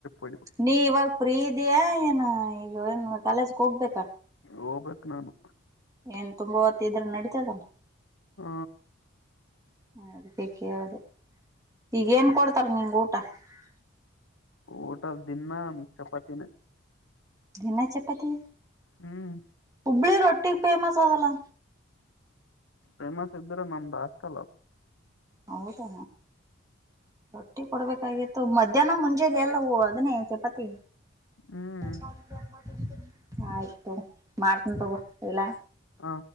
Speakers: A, on the left (about 70°); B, on the right (about 15°).
A: ಹೊಡಿಬೇಕು
B: ನೀವಾಗ. ಪ್ರೀತಿಯ ಏನ. ಈಗ ಒನ್ ಕಾಲೇಜಕ್ ಹೋಗ್ಬೇಕಾ
A: ಹೋಗ್ಬೇಕ್ ನಾನು
B: ಎಂತ. ತುಂಬಾ ಹೊತ್ತ ಇದ್ರ ನಡಿತತದಲ್ಲ.
A: ಹ
B: ಅದಕ್ಕೆ ಕೇಳ್ದ ಈಗ ಏನ್ ಕೊಡ್ತಾರ ನಿಂಗ ಊಟ. ಹ್ಮ್ಮ್. <unintelligible>
A: ಊಟದ ದಿನ ಚಪಾತಿನೆ.
B: ದಿನ ಚಪಾತಿ..
A: ಹ್ಮ್.
B: ಇಬ್ಳಿ ರೊಟ್ಟಿ ಫೇಮಸ್ ಆದಲ್ಲಾ..
A: ಪ್ರೇಮಾ ಸಬ್್ದರ ನಾಮದ ಹಾಸ್ಟೆಲ್.
B: ಹೌದಾ ರೊಟ್ಟಿ ಕೊಡ್ಬೇಕಾಗಿತ್ತು ಮಧ್ಯಾಹ್ನ ಮುಂಜಲಿ ಎಲ್ಲ ಹೂ ಅದನ್ನೇ ಚಪಾತಿ.
A: ಹ್ಮ್
B: ಹ <unintelligible> ಆಯ್ತು ಮಾಡ್ತನ ತಗೋ ಎಲ್ಲಾ.
A: ಹಾ.